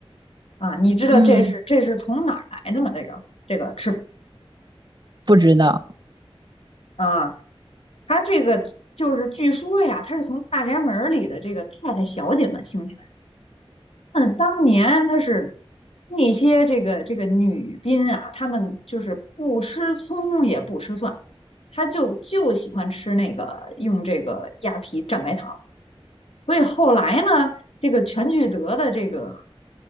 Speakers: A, on the left; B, on the right.
A: 啊。你知道这是这是从哪儿来的吗？
B: 嗯，
A: 这个这个吃法
B: 不知道。
A: 啊，他这个就是据说呀，他是从大宅门儿里的这个太太小姐们兴起来的。那当年他是。那些这个这个女宾啊，她们就是不吃葱也不吃蒜，她就就喜欢吃那个用这个鸭皮蘸白糖。所以后来呢，这个全聚德的这个